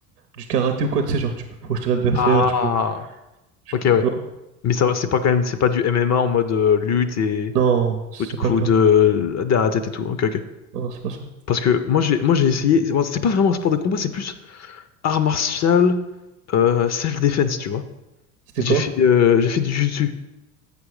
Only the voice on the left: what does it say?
Ah,
ok, ouais.
Mais ça, va, c'est pas quand même, c'est pas du MMA en mode euh, lutte et
coup de coude
euh, derrière la tête et tout. Ok, ok.
Parce que moi j'ai, moi j'ai essayé. bon, c'est pas vraiment un sport de combat, c'est plus art martial, euh, self-defense, tu vois.
J'ai
fait, euh, j'ai fait du jiu-jitsu